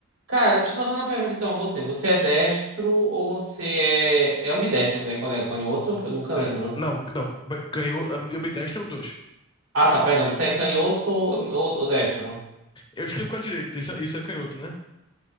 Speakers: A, on the right; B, on the left.
A: Cara, deixa eu só fazer uma pergunta então a você. Você é destro ou você é. É ambidestro, né? Quando é canhoto? Eu nunca lembro.
B: É, não, não, canhoto, a minha destra é os dois.
A: Ah, tá, perna. Você é canhoto ou, ou ou destro?
B: Eu escrevo com a direita, isso, é- isso é canhoto, né?